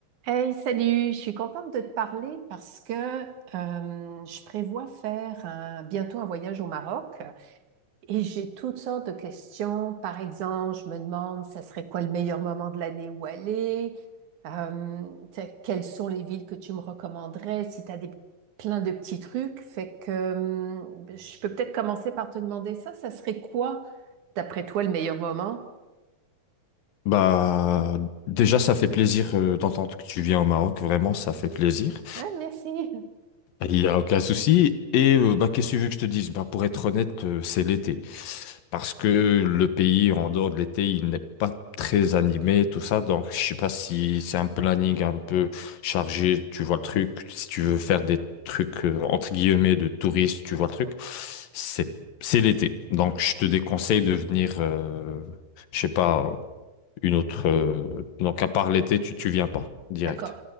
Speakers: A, on the right (about 65°); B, on the left (about 80°).
A: Hey, salut, je suis contente de te parler parce que euh, je prévois faire un- bientôt un voyage au Maroc et j'ai toutes sortes de questions. Par exemple, je me demande, ça serait quoi le meilleur moment de l'année où aller? Euh, tu sais, quelles sont les villes que tu me recommanderais si tu as des, plein de petits trucs? Fait que euh, je peux peut-être commencer par te demander ça. Ça serait quoi, d'après toi, le meilleur moment?
B: Bah, déjà, ça fait plaisir euh, d'entendre que tu viens au Maroc. Vraiment, ça fait plaisir.
A: Hein, merci.
B: Il n'y a aucun souci. Et euh, bah, qu'est-ce que tu veux que je te dise? Bah, pour être honnête, euh, c'est l'été. Parce que le pays, en dehors de l'été, il n'est pas très animé, tout ça. Donc, je sais pas si c'est un planning un peu chargé. Tu vois le truc. Si tu veux faire des trucs, euh, entre guillemets, de touristes, tu vois le truc. C'est, c'est l'été. Donc, je te déconseille de venir, euh, je sais pas une autre. euh, Donc, à part l'été, tu, tu viens pas direct.
A: D'accord.